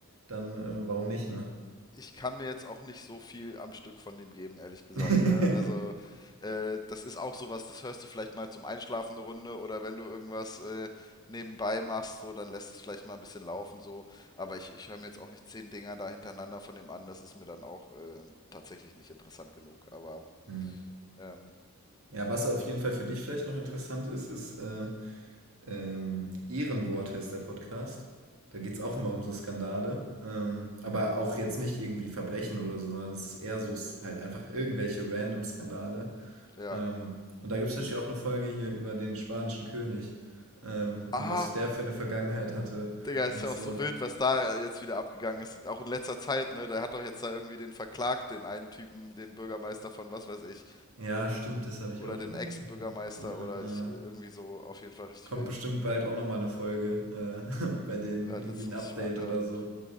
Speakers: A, on the right; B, on the left.
A: dann äh, warum nicht, ne?
B: ich kann mir jetzt auch nicht so viel am Stück von dem geben, ehrlich gesagt.
A: <laughs>
B: Ne? Also, äh, das ist auch sowas, das hörst du vielleicht mal zum Einschlafen eine Runde oder wenn du irgendwas äh, nebenbei machst, so, dann lässt es vielleicht mal ein bisschen laufen, so. Aber ich, ich höre mir jetzt auch nicht zehn Dinger da hintereinander von dem an, das ist mir dann auch äh, tatsächlich nicht interessant genug. Aber,
A: Hm.
B: ähm,
A: Ja, was auf jeden Fall für dich vielleicht noch interessant ist, ist äh, ähm, Ehrenwort heißt der Podcast. Da geht es auch immer um so Skandale. Ähm, aber auch jetzt nicht irgendwie Verbrechen oder so, sondern es ist eher so s- halt einfach irgendwelche random Skandale,
B: ja.
A: Ähm, und da gibt es natürlich auch eine Folge hier über den spanischen König ähm, und
B: Ah,
A: was der für eine Vergangenheit hatte
B: Digga,
A: und
B: ist ja
A: so.
B: auch so wild, was da jetzt wieder abgegangen ist. Auch in letzter Zeit, ne? Der hat doch jetzt da irgendwie den verklagt, den einen Typen, den Bürgermeister von was weiß ich.
A: Ja, stimmt, das habe ich
B: Oder
A: auch
B: den
A: irgendwo.
B: Ex-Bürgermeister
A: Ja.
B: oder ich äh, irgendwie
A: Äh, äh.
B: so auf jeden Fall richtig
A: Kommt
B: wild.
A: bestimmt bald auch nochmal eine Folge, äh, <laughs> bei denen
B: Ja,
A: irgendwie
B: das
A: ein
B: muss
A: Update
B: ich mir anhören.
A: oder so.